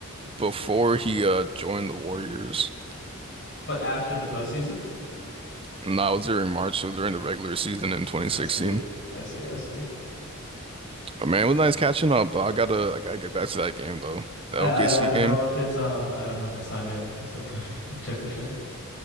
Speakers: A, on the right; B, on the left.
A: before he uh joined the Warriors.
B: But after the postseason?
A: And that was during March, so during the regular season in twenty
B: I
A: sixteen.
B: see. I see. I see.
A: But man, it was nice catching up. Though I gotta, I gotta get back to that game though. The
B: I,
A: OKC
B: I I don't
A: game.
B: know if it's um I don't know if it's time yet. <laughs> It's not time. <laughs> Check the chat.